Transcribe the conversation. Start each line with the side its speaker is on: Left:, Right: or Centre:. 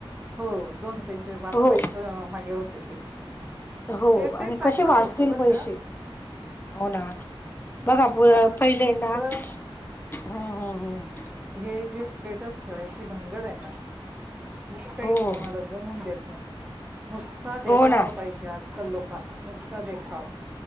Right: हो दोन पैसे वाचवायच
Left: हो
Right: मागे होते ते.
Left: हो
Right: ते ते
Left: आणि
Right: चांगलंच
Left: कसे वाचतील
Right: होतं बरं
Left: पैसे?
Right: का
Left: हो ना. बघा
Right: आताच
Left: पहिलेय
Right: नुसतं
Left: ना. ह, ह, ह.
Right: हे जे स्टेटस ठेवायची भानगडे ना. हे काही
Left: हम्म हो
Right: कोणाला जमवुन देत नाही. नुसता देखावा
Left: हो ना
Right: पाहिजे. आज कल लोकांना नुसत देखावा.